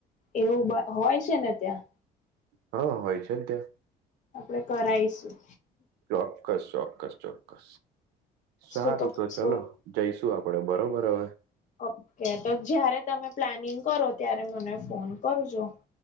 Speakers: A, on the left; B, on the right.
A: એવું હોય છે ને ત્યાં
B: હા હોય છે ને ત્યાં
A: આપડે કરાઈશું
B: ચોક્કસ ચોક્કસ ચોક્કસ સારું
A: સો
B: તો ચલો
A: સો
B: જઈશું આપડે બરોબર હવે
A: ઓકે તો જયારે તમે પ્લાનિંગ કરો ત્યારે મને ફોન કરજો